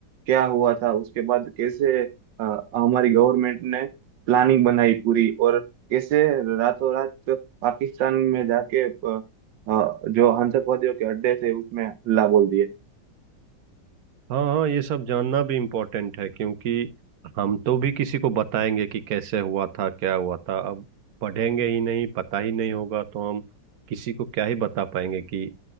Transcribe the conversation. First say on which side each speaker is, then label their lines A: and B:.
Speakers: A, on the right; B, on the right.
A: क्या हुआ था उसके बाद कैसे अ, हमारी गवर्नमेंट ने प्लानिंग बनाई पूरी और कैसे रातों रात पाकिस्तान में जाके अ, अ, जो आतंकवादियों के अड्डे थे उसमें हल्ला बोल दिए
B: हाँ हाँ ये सब जानना भी इम्पोर्टेंट है क्योंकि हम तो भी किसी को बताएंगे कि कैसे हुआ था क्या हुआ था अब पढ़ेंगे ही नहीं पता ही नहीं होगा तो हम किसी को क्या ही बता पाएंगे कि